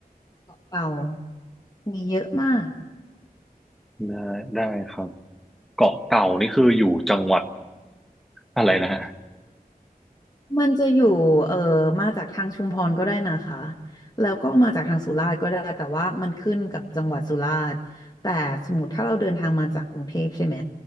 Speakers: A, on the left (about 25°); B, in the centre.
A: เปล่าๆมีเยอะมาก
B: ๆได้ได้ครับเกาะเต่านี่คืออยู่จังหวัดอะไรนะฮะ
A: มันจะอยู่เอ่อมาจากทางชุมพรก็ได้นะคะแล้วก็มาจากทางสุราษฎร์ก็ได้แต่ว่ามันขึ้นกับจังหวัดสุราษฎร์แต่สมมติถ้าเราเดินทางมาจากกรุงเทพใช่ไหม